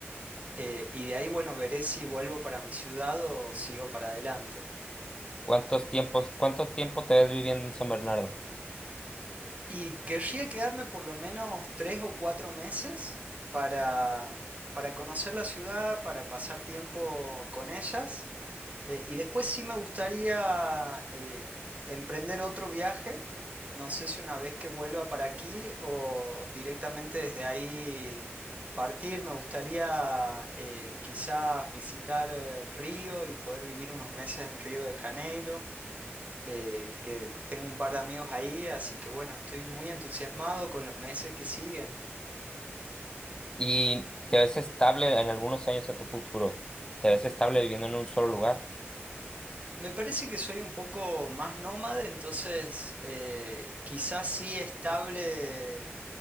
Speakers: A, on the right; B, on the left.
A: eh, y de ahí, bueno, veré si vuelvo para mi ciudad o sigo para adelante.
B: ¿Cuántos tiempos, cuánto tiempo te ves viviendo en San Bernardo?
A: Y querría quedarme por lo menos tres o cuatro meses para, para conocer la ciudad, para pasar tiempo con ellas. Eh, y después sí me gustaría eh, emprender otro viaje. No sé si una vez que vuelva para aquí o directamente desde ahí partir. Me gustaría eh, quizás visitar eh, Río y poder vivir unos meses en Río de Janeiro eh, que tengo un par de amigos ahí, así que bueno, estoy muy entusiasmado con los meses que siguen.
B: ¿Y te ves estable en algunos años en tu futuro? ¿Te ves estable viviendo en un solo lugar?
A: Me parece que soy un poco más nómade, entonces eh, quizás sí estable